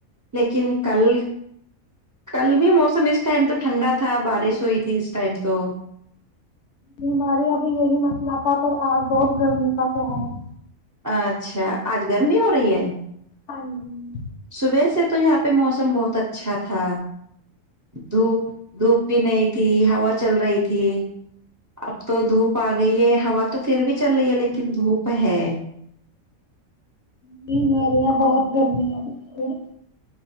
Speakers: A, on the right; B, on the left.
A: لیکن کل کل بھی موسم اس ٹائم تو ٹھنڈا تھا بارش ہوئی تھی اس ٹائم تو
B: ہم ہمارے اب یہی مسئلہ تھا پر آج بہت گرمی کا کہہر ہے
A: اچھا آج گرمی ہو رہی ہے
B: ہاں جی
A: صبح سے تو یہاں پہ موسم بہت اچھا تھا دھوپ دھوپ بھی نہیں تھی ہوا چل رہی تھی اب تو دھوپ آ گئی ہے ہا تو پھر بھی چل رہی ہے لیکن دھوپ ہے
B: نہیں مری یہ بہت گرمی ہے وہ <unintelligible>